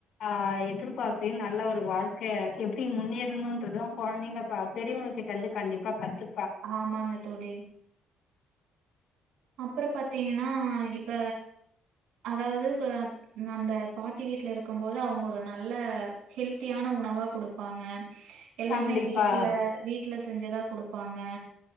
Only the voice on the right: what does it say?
ஆமாங்க தோழி அப்பற பாத்திங்கன்னா இப்ப அதாவது க அந்த பாட்டி வீட்ல இருக்கம்போது அவங்க ஒரு நல்ல ஹெல்த்தியான உணவா குடுப்பாங்க எல்லாமே
வீட்டுல வீ ட்ல செஞ்சதா கொடுப்பாங்க